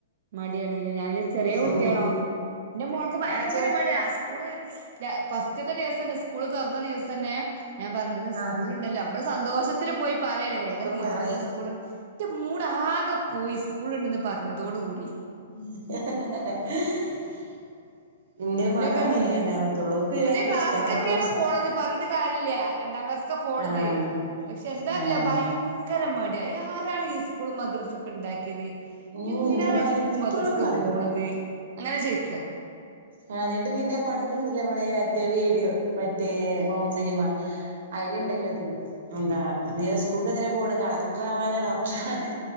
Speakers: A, on the right (about 50°); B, on the right (about 70°).
A: മടിയാണ് ലെ ഞാൻ വിചാരിച്ചു ചെറിയ കുട്ടിയാണോ
B: ഉം
A: ന്ന് ന്റെ മോൾക്ക് ഭയങ്കര
B: ആഹ് ചെർ
A: മടിയ സ്കൂൾ- ഫാസ്റ്റത്തെ ദിവസം തന്നെ സ്കൂൾ തുറന്ന ദിവസം തന്നെ ഞാൻ പറഞ്ഞു ഇന്ന്
B: ആഹ്
A: സ്കൂൾ ണ്ടല്ലോ- സന്തോഷത്തിൽ പോയി പറയാണ് വേഗം
B: ഇപ്പൊ
A: നീച്ചോ
B: പറയ്
A: ന്ന് സ്കൂൾ എന്റെ മൂടാകെ പോയി. സ്കൂൾ ണ്ട് ന്ന് പറഞ്ഞതോട് കൂടി-
B: <unintelligible> ഇന്റെ
A: പിന്നൊക്കെ
B: മകളങ്ങനെ
A: നീച്
B: രണ്ടാമത്തോള് ഓക്ക്
A: പുതിയ
B: ഭയങ്കര
A: ക്ലാസ്സ്‌
B: ഇഷ്ട
A: ക്കൊക്കെണ്
B: മദ്രസ്
A: പോകണത് പറഞ്ഞിട്ട് കാര്യല്ല. രണ്ടാം ക്ലാസ്സക്കെ പോണത്
B: ആഹ്
A: പക്ഷെ എന്താറില്ല
B: ആഹ്
A: ഭയങ്കര മടി. ആരാണ് ഈ സ്കൂൾ മദ്രസ ഒക്കെ ഇണ്ടാക്കിയത്?
B: ഉം
A: എന്തിനാണ്
B: ഇന്റെ മകന്
A: ഈ സ്കൂൾക്കുംമദ്രസക്ക്
B: എപ്പളും പറയും
A: പോണത് അങ്ങനെ ചോയ്-
B: ആ ന്നിട്ട് പിന്നെ പണ്ട്ണ്ടല്ലോ നമ്മള മറ്റേ വീഡിയോ മറ്റേ ഹോം സിനിമ അതിലുണ്ടല്ലോതും എന്താ എന്തിനാ സ്കൂൾക്ക് എന്തിനാ പോണ് കളക്ടർ ആവാന ഡോക്ടർ ആവാനാ